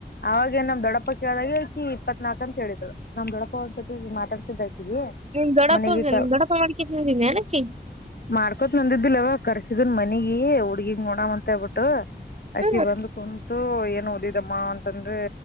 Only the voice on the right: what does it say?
ನಿಮ್ ದೊಡ್ಡಪ್ಪಗ
ನಿಮ್ ದೊಡ್ಡಪ್ಪ ಮಾಡ್ಕೇತ್ ನಿಂತಿದ್ನೇನಕಿ
ಹ್ಮ್